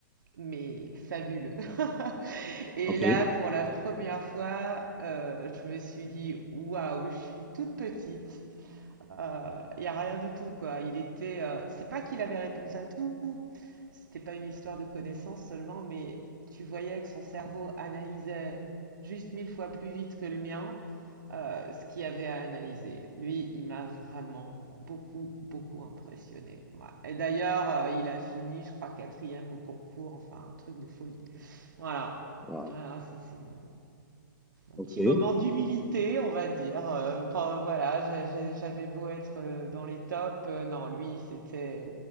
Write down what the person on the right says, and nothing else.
mais fabuleux. <laughs> Et
là, pour la première fois, euh, je me suis dit, waouh, je suis toute petite euh, Il n'y a rien du tout, quoi. Il était. euh, c'est pas qu'il avait réponse à tout, c'était pas une histoire de connaissance seulement, mais tu voyais que son cerveau analysait juste mille fois plus vite que le mien euh, ce qu'il y avait à analyser. Lui, il m'a vraiment beaucoup, beaucoup impressionné. Voilà. Et d'ailleurs, euh, il a fini, je crois, quatrième au concours, enfin, un truc de folie. Voilà.
Voilà, ça c'est mon, un
petit moment d'humilité, on va dire. Euh, pas- voilà, j'ai- j'ai- j'avais beau être euh, dans les tops, euh, non, lui, c'était